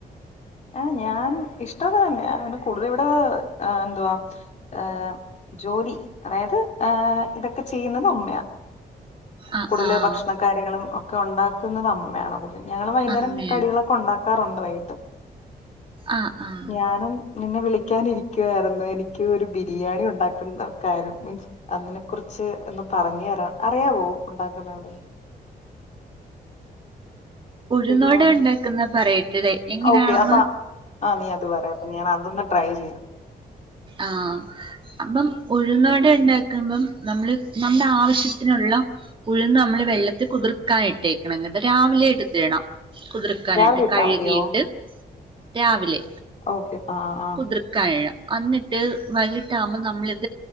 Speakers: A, on the left; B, on the right.
A: ആഹ് ഞാൻ ഇഷ്ടക്കെതന്ന്യാ പിന്നെ കൂടുതല് ഇവടെ എന്തുവാ ഏഹ് ജോലി അതായത് ഇതക്കെ ചെയ്യ്ന്നത് അമ്മ്യാ
B: ആഹ്
A: കൂട്തല്
B: ആഹ്
A: ഭക്ഷ്ണകാര്യങ്ങളും ഒക്കെ ഒണ്ടാക്ക്ന്നത് അമ്മ്യേണ് കൂടുതൽ ഞങ്ങളും വൈക്ന്നേരം
B: അമ്മയാണ്
A: കടികളൊക്കെ ഒണ്ടാ ക്കാറുണ്ട് വൈകിട്ട്
B: ആഹ് ആഹ്
A: ഞാനും നിന്നെ വിളിക്യാനിരിക്യൂവാര്ന്നു എനിക്ക് ഒരു ബിരിയാണി ഉണ്ടാക്കുന്ന കാര്യം മിൻസ് അത് നെ കുറിച്ച് എന്ന് പറഞ്ഞേരാൻ അറിയാവോ ഉണ്ടാക്ക്ന്നത്
B: ഉഴുന്നുവട
A: ബിരിയാണിം
B: ഉണ്ടാക്കുന്ന പറയട്ടെ എങ്ങനെയാണെന്ന്
A: ഔക്കെ അപ്പ ആഹ് നീ അത് പറയാ അപ്പ ഞാനതൊന്ന് ട്രൈ ചെയ്യാം
B: ആഹ് അപ്പം ഉഴുന്നു വട ണ്ടാക്ക്മ്പം നമ്മള് നമ്മടെ ആവശ്യത്തിന്ള്ള ഉഴുന്ന് നമ്മള് വെള്ളത്തിൽ കുതിർക്കാനിട്ടേക്കണം എന്നിട്ട് രാവിലെ ഇട്ത്തിടണം കുതിർക്കാനായ്ട്ട്
A: രാവിലെ ഇട്ടാ
B: കഴ്കീട്ട്
A: മതിയോ
B: രാവിലെ
A: ഓക്കെ ആ ആ
B: കുതിർക്കാനിടണം അന്നിട്ട് വൈകിട്ടാകുമ്പോൾ നമ്മളിത്